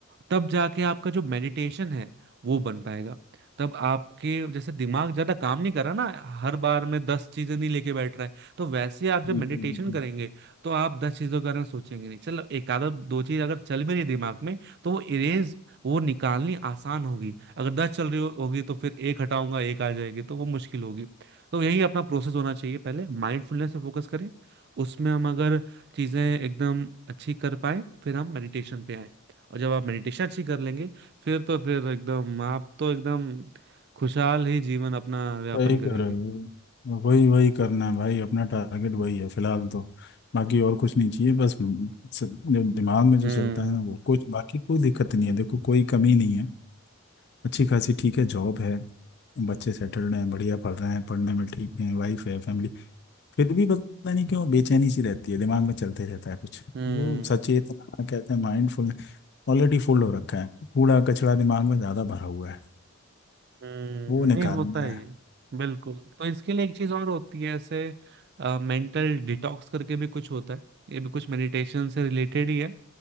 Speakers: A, on the right (about 50°); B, on the left (about 50°).
A: तब जाके आपका जो मेडिटेशन है वो बन पाएगा तब आपके जैसे दिमाग ज्यादा काम नहीं कर रहा ना हर बार में दस चीजें नहीं लेके बैठ रहा है तो वैसे ही आप जब
B: बिल्कुल
A: मेडिटेशन
B: बिल्कुल
A: करेंगे तो आप दस चीजों के बारे में सोचेंगे नहीं चलो एक आधा दो चीज अगर चल भी रही है दिमाग में तो वो इरेज वो निकालनी आसान होगी अगर दस चल रही हो, होगी तो फिर एक हटाऊंगा एक आ जाएगी तो वो मुश्किल होगी तो यही अपना प्रोसेस होना चाहिए पहले माइंडफुलनेस पे फोकस करें उसमें हम अगर चीजें एकदम अच्छी कर पाए फिर हम मेडिटेशन पे आए और जब आप मेडिटेशन अच्छी कर लेंगे फिर तो फिर एकदम आप तो एकदम खुशहाल ही जीवन अपना व्यापन
B: सही कह
A: करेंगे
B: रहे हो वही वही करना है भाई अपना टारगेट वही है फिलहाल तो बाकी और कुछ नहीं चाहिए बस म, स- जो दिमाग में जो
A: हम्म
B: चलता है ना वो कुछ बाकी कोई दिक्कत नहीं है देखो कोई कमी नहीं है अच्छी खासी ठीक है जॉब है बच्चे सेटल्ड हैं बढ़िया पढ़ रहे हैं पढ़ने में ठीक हैं वाइफ है फैमिली फिर भी पता नहीं क्यों बेचैनी सी रहती है दिमाग में चलते रहता है कुछ
A: हम्म
B: वो सचेतना कहते हैं माइंडफुल ऑलरेडी फुल हो रखा है कूड़ा कचरा दिमाग में ज्यादा भरा हुआ है
A: हम्म,
B: वो निकालना
A: नहीं होता है
B: है
A: ये बिल्कुल तो इसके लिए एक चीज और होती है ऐसे मेंटल डिटॉक्स करके भी कुछ होता है ये भी कुछ मेडिटेशन से रिलेटेड ही है